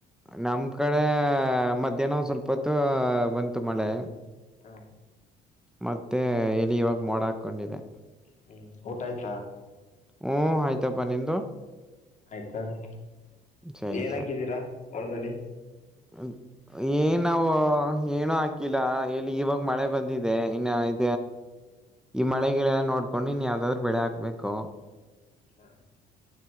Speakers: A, in the centre; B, on the left.
A: ನಮ್ಮ್ ಕಡೆ ಮಧ್ಯಾಹ್ನ ಸ್ವಲ್ಪ ಹೊತ್ತು ಬಂತು ಮಳೆ
B: ಹಾ
A: ಮತ್ತೆ ಇಲ್ಲಿ ಇವಾಗ ಮೋಡ ಹಾಕೊಂಡಿದೆ
B: ಹೂ ಊಟ ಆಯ್ತಾ
A: ಹೂ ಆಯ್ತಪ್ಪ ನಿಮ್ದು
B: ಆಯ್ತಾನು
A: ಸರಿ
B: ಏನ ಹಾಕಿದ್ದೀರಾ ಹೊಲಾದಲ್ಲಿ
A: ಹೂ ಏನ್ ನಾವು ಏನುೂ ಹಾಕಿಲ್ಲ ಇಲ್ಲಿ ಇವಾಗ ಮಳೆ ಬಂದಿದೆ ಇನ್ನ ಇ ಈ ಮಳೆ-ಗಿಳೆಲ್ಲ ನೋಡ್ಕೊಂಡು ನೀನ್ ಯಾವ್ದಾದ್ರು ಬೆಳೆ ಹಾಕ್ಬೇಕು.
B: ಹಾ <inaudible>